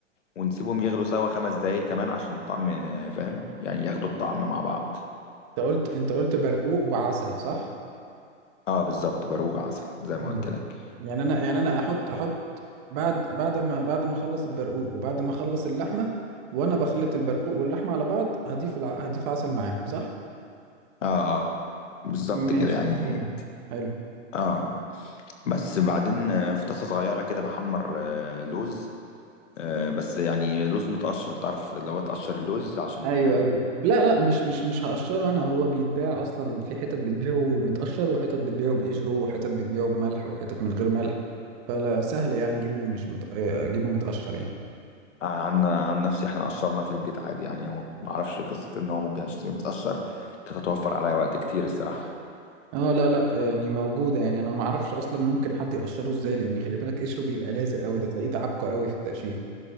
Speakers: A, on the left; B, on the right.
A: ونسيبهم يغلوا سوا خمس دقايق كمان عشان الطعم آه، فاهم يعني ياخدوا الطعم مع بعض
B: انت قلت انت قلت برقوق وعسل صح
A: اه بالظبط برو عسل زي
B: مم.
A: ما قلت لك
B: يعني انا يعني انا احط احط بعد بعد ما بعد ما اخلص البرقوق وبعد ما اخلص اللحمة وانا بخلط البرقوق واللحمة على بعض هضيف الع... هضيف عسل معاهم صح
A: اه اه بالظبط
B: ماشي
A: كده يعني
B: مفهوم حلو
A: اه بس بعدين آه، في طاسة صغيرة كده بحمر آه، لوز آه، بس يعني لوز متقشر تعرف اللي هو تقشر اللوز عشان
B: ايوه ايوه لا لا مش مش مش هقشره انا هو بيتباع اصلا في حتت بتبيعه متقشر وحتت بتبيعه بقشره وحتت بتبيعه بملح وحتت من غير ملح فلا سهل يعني اجيبه مش مت... آه، اجيبه متقشر يعني
A: آه، عن عن نفسي احنا قشرنا في البيت عادي يعني ما ما اعرفش قصة ان هو ممكن اشتري متقشر كانت هتوفر عليا وقت كتير الصراحة
B: اه لا لا يعني موجوده يعني انا ما اعرفش اصلا ممكن حد يقشره ازاي لان خلي بالك قشره بيبقى لازق قوي ده تلاقيه تعبكه قوي في التقشير